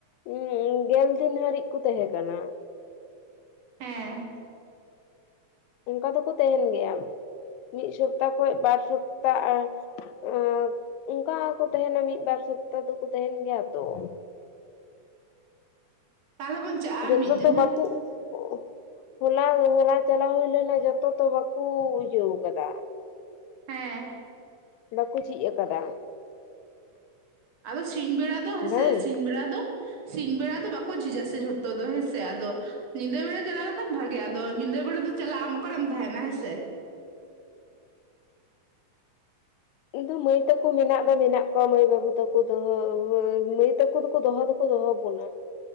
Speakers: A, on the left; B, on the right.
A: ᱩᱸ ᱜᱮᱞ ᱫᱤᱱ ᱦᱟᱹᱨᱤᱡ ᱠᱚ ᱛᱟᱸᱦᱮ ᱠᱟᱱᱟ ᱾
B: ᱦᱮᱸ
A: ᱚᱱᱠᱟ ᱫᱚᱠᱚ ᱛᱟᱦᱮᱱ ᱜᱮᱭᱟ᱾ <unintelligible> ᱢᱤᱫ ᱥᱚᱯᱛᱟ ᱠᱷᱚᱡ ᱵᱟᱨ ᱥᱚᱯᱛᱟ ᱟ <unintelligible> ᱟᱨ ᱟᱸ᱾ ᱚᱱᱠᱟ ᱦᱚᱸᱠᱚ ᱛᱟᱦᱮᱱᱟ ᱢᱤᱫᱵᱟᱨ ᱥᱚᱯᱛᱟ ᱫᱚ ᱠᱚ ᱛᱟᱦᱮᱱ ᱜᱮᱭᱟ ᱛᱚ ᱾
B: ᱛᱟᱦᱚᱞᱮ ᱵᱚᱱ ᱪᱟᱞᱟᱜᱼᱟ ᱟᱨ
A: ᱡᱚᱛᱚ
B: ᱢᱤᱫ ᱫᱤᱱ
A: ᱛᱚ
B: ᱦᱮᱸ
A: <unintelligible> ᱦᱚᱞᱟ ᱦᱚᱞᱟ ᱪᱟᱞᱟᱣ ᱦᱩᱭ ᱞᱮᱱᱟ ᱡᱚᱛᱚ ᱛᱚ ᱵᱟᱠᱩ ᱤᱭᱟᱹᱣ ᱟᱠᱟᱫᱟ ᱾
B: ᱦᱮᱸ
A: ᱵᱟᱠᱚ ᱡᱷᱤᱜ ᱟᱠᱟᱫᱟ ᱾
B: ᱟᱫᱚ ᱥᱤᱧ ᱵᱮᱲᱟ ᱫᱚ ᱦᱮᱸ
A: ᱵᱟᱝ
B: ᱥᱮ ᱥᱤᱧ ᱵᱮᱲᱟ ᱫᱚ, ᱾ ᱥᱤᱧ ᱵᱮᱲᱟ ᱫᱚ ᱵᱟᱠᱚ ᱡᱷᱤᱡᱟ ᱥᱮ ᱡᱷᱚᱛᱚ ᱫᱚ ᱦᱮᱸ ᱥᱮ ᱟᱫᱚ ᱧᱤᱫᱟᱹ ᱵᱮᱲᱟ ᱪᱟᱞᱟᱣ ᱞᱮᱠᱷᱟᱱ ᱵᱷᱟᱜᱮᱼᱟ ᱟᱫᱚ ᱧᱤᱫᱟᱹ ᱵᱮᱲᱟ ᱫᱚ ᱪᱟᱞᱟᱜ ᱟᱢ ᱚᱠᱟᱨᱮᱢ ᱛᱟᱦᱮᱱᱟ ᱦᱮᱸ ᱥᱮ?
A: ᱤᱫᱩ ᱢᱟᱹᱭ ᱛᱟᱠᱚ ᱢᱮᱱᱟᱜ ᱫᱚ ᱢᱮᱱᱟᱜ ᱠᱚᱣᱟ ᱢᱟᱹᱭ ᱵᱟᱹᱵᱩ ᱛᱟᱠᱚ ᱫᱚᱦᱚ ᱢᱟᱹᱭ ᱛᱟᱠᱚ ᱫᱚᱠᱚ ᱫᱚᱦᱚ ᱫᱚᱼᱼ ᱫᱚᱦᱚ ᱵᱚᱱᱟ᱾